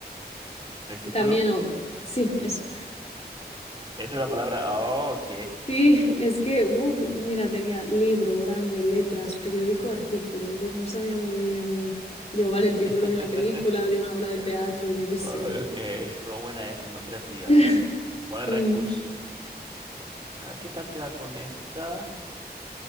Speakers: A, on the right; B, on the left.
A: el título.
B: también o... Sí, eso.
A: Esa es la palabra. Ah, ok.
B: Sí, es que, uf, mira, tenía libro grande, letras, periódico, artículo, entonces no sabía muy bien, digo, vale, el título
A: <laughs>
B: de una película, de una obra de
A: Ay,
B: teatro, yo qué sé.
A: ok, estuvo buena esa, muy creativa,
B: <laughs>
A: eh. Buen recurso.
B: Mm,
A: Bueno, a ver qué tal te va con esta.